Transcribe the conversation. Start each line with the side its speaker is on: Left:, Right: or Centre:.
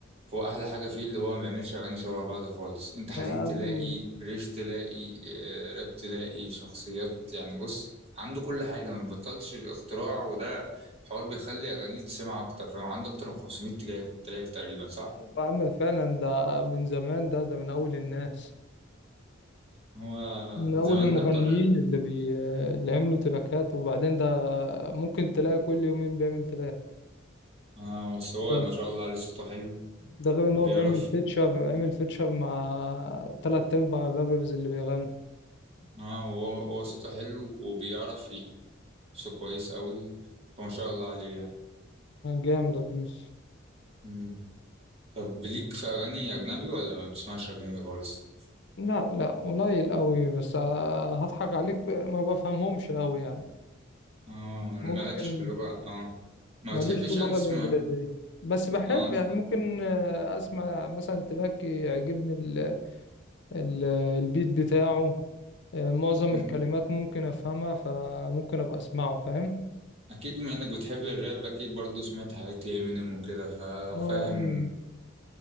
Right: هو أحلى حاجة فيه اللي هو ما بيعملش أغاني شبه بعض خالص، أنت حزين
Left: ابو
Right: تلاقي ريش تلاقي آه، راب تلاقي شخصيات يعني بص عنده كل حاجة ما بيبطلش اختراع وده حوار بيخلي أغانيه تسمع أكتر فهو عنده أكتر من 500 تراك تراك تقريبا صح؟
Left: ايوه امل فعلا ده من زمان ده ده من اول الناس
Right: هو
Left: من اول
Right: زمان
Left: المغنيين
Right: كان طالع
Left: اللي بي اللي عملوا تراكات وبعدين ده ممكن تلاقي كل يومين بيعمل تراك
Right: اه بس هو
Left: ده
Right: ما شاء الله عليه صوته حلو
Left: ده غير ان
Right: وبيعرف
Left: هو بيعمل فيتشر عمل فيتشر مع تلات ارباع الرابرز اللي بيغنوا
Right: اه هو هو صوته حلو وبيعرف يرقص كويس قوي فما شاء الله عليه يعني
Left: جامد ابو يوسف
Right: مم. طب ليك في اغاني اجنبي ولا ما بتسمعش اجنبي خالص
Left: لا لا قليل قوي بس هضحك عليك ما بفهمهمش قوي يعني
Right: اه
Left: ممكن
Right: مالكش في اللغة اه ما
Left: ماليش
Right: بتحبش
Left: في اللغة
Right: يعني تسمع
Left: الإنجليزية بس بحب
Right: اه
Left: يعني ممكن آه، أسمع مثلا تباكي يعجبني ال ال البيت بتاعه آه، معظم
Right: مم.
Left: الكلمات ممكن أفهمها فممكن أبقى أسمعه فاهم
Right: اكيد بما انك بتحب الراب اكيد برضو سمعت حاجات لإمينيم وكده ففاهم
Left: اه أمين